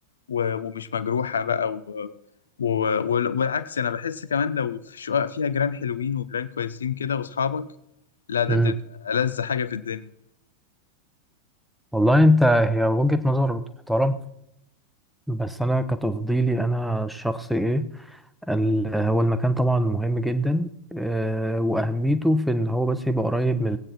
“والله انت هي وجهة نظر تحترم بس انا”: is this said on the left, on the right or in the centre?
Centre